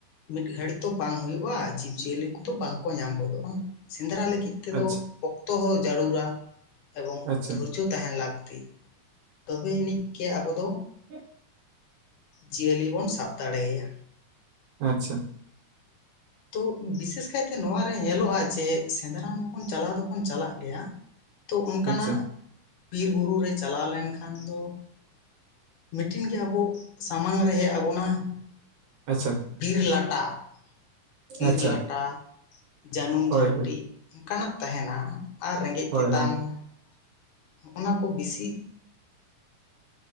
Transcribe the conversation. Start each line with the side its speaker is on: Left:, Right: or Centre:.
Left: ᱢᱤᱫ ᱜᱷᱟᱹᱲᱤᱡ ᱛᱚ ᱵᱟᱝ ᱦᱩᱭᱩᱜ-ᱟ, ᱡᱤᱵᱽ ᱡᱤᱭᱟᱹᱞᱤ ᱠᱚᱫᱚ ᱵᱟᱝ ᱠᱚ ᱧᱟᱢ ᱜᱚᱫᱚᱜ-ᱟ ᱥᱮᱱᱫᱨᱟ ᱞᱟᱹᱜᱤᱫ ᱛᱮᱫᱚ
Right: ᱟᱪᱪᱷᱟ
Left: ᱚᱠᱛᱚ ᱦᱚᱸ ᱡᱟᱹᱨᱩᱲᱟ ᱮᱵᱚᱝ
Right: ᱟᱪᱪᱷᱟ
Left: ᱫᱷᱩᱨᱡᱚ ᱛᱟᱦᱮᱱ ᱞᱟᱹᱠᱛᱤ ᱾ ᱛᱚᱵᱮᱭᱟᱱᱤᱡ ᱜᱮ ᱟᱵᱚ ᱫᱚ
Right: ᱦᱮᱸ ᱾ <inaudible>
Left: ᱡᱤᱭᱟᱹᱞᱤ ᱵᱚᱱ ᱥᱟᱵ ᱫᱟᱲᱮ ᱟᱭᱟ᱾
Right: ᱟᱪᱪᱷᱟ ᱾
Left: ᱛᱚ ᱵᱤᱥᱮᱥ ᱠᱟᱭᱛᱮ ᱱᱚᱣᱟ ᱨᱮ ᱧᱮᱞᱚᱜ-ᱟ ᱡᱮ, ᱥᱮᱸᱫᱽᱨᱟ ᱢᱟᱵᱚᱱ ᱪᱟᱞᱟᱣ ᱫᱚᱵᱚᱱ ᱪᱟᱞᱟᱜ ᱜᱮᱭᱟ
Right: <inaudible>
Left: ᱛᱚ ᱚᱱᱠᱟᱱᱟᱜ
Right: ᱟᱪᱪᱷᱟ
Left: ᱵᱤᱨ ᱵᱩᱨᱩ ᱨᱮ ᱪᱟᱞᱟᱣ ᱞᱮᱱᱠᱷᱟᱱ ᱫᱚ <inaudible> ᱢᱤᱫᱴᱤᱱ ᱜᱮ ᱟᱵᱚ ᱥᱟᱢᱟᱝ ᱨᱮ ᱦᱮᱜ ᱟᱵᱚᱱᱟ <inaudible>
Right: ᱟᱪᱪᱷᱟ
Left: ᱵᱤᱨ ᱞᱟᱴᱟ ᱾ ᱵᱤᱨ
Right: ᱟᱪᱪᱷᱟ
Left: ᱞᱟᱴᱟ ᱡᱟᱹᱱᱩᱢ
Right: ᱦᱳᱭ
Left: ᱡᱷᱟᱹᱱᱴᱤ
Right: ᱦᱳᱭ
Left: ᱚᱱᱠᱟᱱᱟᱜ ᱛᱟᱦᱮᱱᱟ ᱾ ᱟᱨ ᱨᱮᱸᱜᱮᱡ
Right: ᱦᱳᱭ
Left: ᱛᱮᱛᱟᱝ
Right: ᱦᱳᱭ
Left: <inaudible> ᱦᱚᱸᱜ-ᱱᱟ ᱠᱚ ᱵᱤᱥᱤ